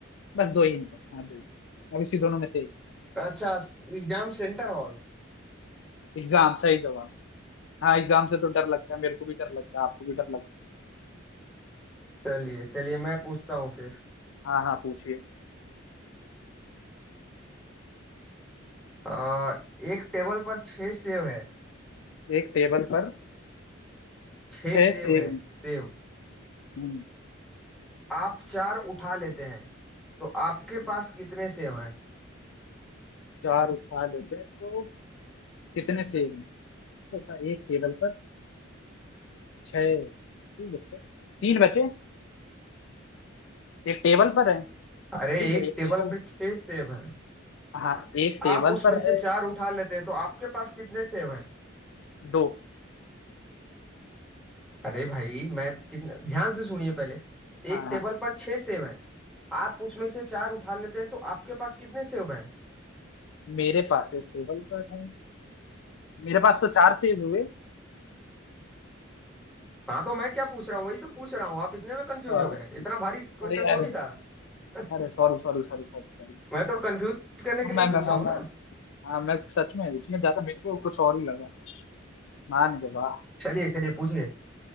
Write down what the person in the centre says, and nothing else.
अच्छा Exam centre hall
चलिए चलिए मैं पूछता हूँ फिर
आ, एक टेबल पर छह सेब है
छह
सेब
है
सेब
आप चार उठा लेते हैं तो आपके
पास कितने सेब हैं
अरे
एक
टेबल
पे छह सेब हैं
आप
उसमें
से
चार उठा लेते हैं तो आपके पास कितने सेब हैं
अरे भाई मैं कितना ध्यान से सुनिए पहले
एक टेबल
पर छह सेब हैं आप उसमें से चार उठा लेते हैं तो आपके पास कितने सेब हैं
हाँ तो मैं क्या पूछ रहा हूँ वही तो पूछ रहा हूँ आप इतने में कंफ्यूज
हो गए इतना भारी क्वेश्चन
थोड़ी था <laughs>
मैं तो कंफ्यूज करने
के लिए ही
पूछा
हूँ
चलिए चलिए पूछिए